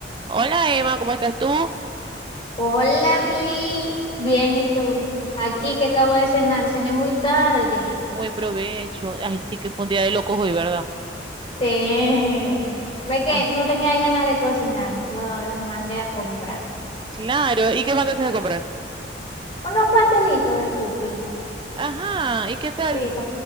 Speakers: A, on the right (about 25°); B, on the left (about 35°).
A: Hola Emma, ¿cómo estás tú?
B: Hola, Billy. Bien, ¿y tú? Aquí
A: Bien,
B: que acabo de cenar, cené muy tarde.
A: buen provecho. Ay, sí que fue un día de locos hoy, ¿verdad?
B: Te... Ve que
A: Ah,
B: no tenía ganas de cocinar, lo- los mandé a comprar.
A: claro, ¿y qué mandaste a comprar?
B: Unos pastelitos de cookie.
A: Ajá, ¿y qué tal?
B: Sí,